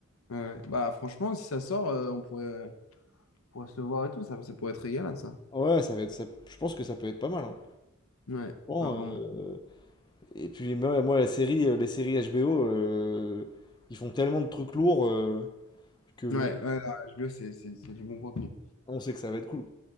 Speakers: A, on the left; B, on the left.
A: euh, ouais, ouais. Bah, franchement, si ça sort, euh, on pourrait, on pourrait se le voir et tout. Ça, ça pourrait être régalade, ça.
B: Ouais, ça va être, ça- je pense que ça peut être pas mal. hein.
A: Ouais,
B: Bon,
A: ouais, vraiment.
B: euh, Et puis moi, moi, la série, euh, les séries HBO, euh, ils font tellement de trucs lourds euh, que bon,
A: Ouais, ouais, non, HBO, c'est c'est- c'est du bon contenu.
B: on sait que ça va être cool.